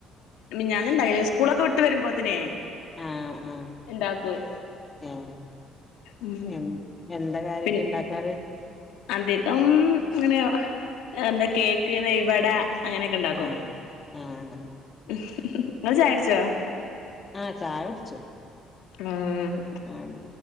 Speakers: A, on the left (about 85°); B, on the left (about 25°).
A: ഞാന ഇണ്ടായി സ്കൂളൊക്കെ വിട്ട് വരുമ്പോത്തിനെ
B: ആഹ് ആഹ്
A: ഉണ്ടാക്കയി
B: ഏഹ്
A: ഉം
B: എ എന്താ കാര്യമായിട്ട്
A: പിന്നെ
B: ഇണ്ടാക്കാറ്
A: അധികം ഇങ്ങനെയ എന്താ കേക്ക് നെയ്വവട അങ്ങനെയൊക്കെ ഉണ്ടാക്കും
B: ആഹ് ആഹ് ഉം
A: <unintelligible> ഇങ്ങൾ ചായ കുടിച്ചോ
B: ആഹ് ചായ കുടിച്ചു
A: ഉം
B: ആഹ്